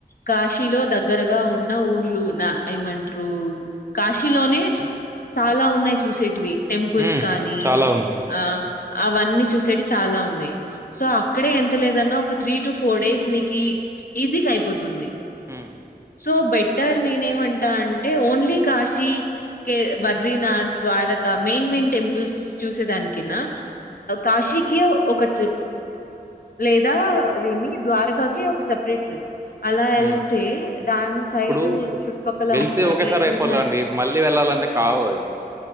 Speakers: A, on the left; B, on the right.
A: కాశీలో దగ్గరగా ఉన్న ఊర్లు నా ఏమంట్రూ కాశీలోనే చాలా ఉన్నాయి్ చూసేటివి టెంపుల్స్
B: ఉమ్,
A: కానీ
B: చాలా ఉన్నాయి
A: ఆ అవన్నీ చూసేవి చాలా ఉన్నాయ్ సో అక్కడే ఎంత లేదన్న ఒక త్రీ టు ఫోర్ డేస్ నీకి ఈజీగైపోతుంది
B: మ్
A: సో బెట్టర్ నేనే ఏమంటా అంటే ఓన్లీ కాశీ కే Badrinath Dwarka main main temples చూసేదానికినా కాశీకి ఒక ట్రిప్ లేదా అదేమి ద్వారకాకి ఒక సపరేట్ ట్రిప్ అలా వెళ్తే
B: ఉమ్.
A: దాని సైడ్
B: ఇప్పుడు
A: చుట్టుపక్కల
B: వెళ్తే
A: ఉన్నవి
B: ఒకేసారి
A: చూసిన
B: అయిపోవాలండి మళ్ళీ వెళ్ళాలంటే కావు అవ్